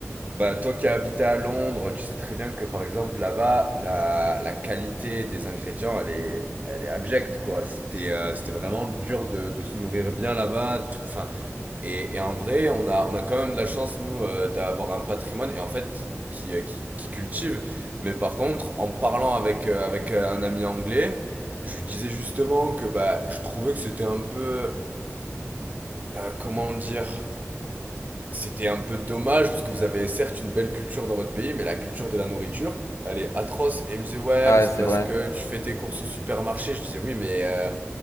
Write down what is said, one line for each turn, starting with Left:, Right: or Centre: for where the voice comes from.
Right: Bah, toi qui as habité à Londres, tu sais très bien que par exemple là-bas, la, la qualité des ingrédients, elle est, elle est abjecte quoi. C'était euh, c'était vraiment dur de, de se nourrir bien là-bas. tout- Enfin, et, et en vrai, on a, on a quand même de la chance nous euh, d'avoir un patrimoine et en fait qui, euh, qui, qui cultive. Mais par contre, en parlant avec, euh, avec euh, un ami anglais, je lui disais justement que bah, je trouvais que c'était un peu, euh, comment dire? c'était un peu dommage parce que vous avez certes une belle culture dans votre pays, mais la culture de la nourriture, elle est atroce. Et il me disait, ouais,
Left: Ah,
Right: mais
Left: ouais,
Right: c'est
Left: c'est
Right: parce
Left: vrai.
Right: que tu fais tes courses au supermarché. Je disais, oui, mais euh,